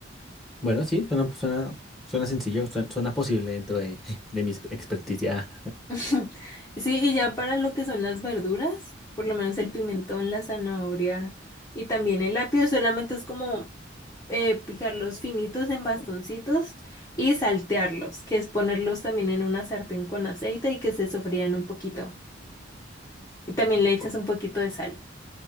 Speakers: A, in the centre; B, on the left.
A: Bueno, sí, suena, suena, suena sencillo, suena, suena posible dentro de, <laughs> de mi experticia.
B: <laughs> Sí, y ya para lo que son las verduras, por lo menos el pimentón, la zanahoria y también el apio, solamente es como eh, picarlos finitos en bastoncitos y saltearlos, que es ponerlos también en una sartén con aceite y que se sofrían un poquito. Y también le echas
A: <laughs>
B: un poquito de sal.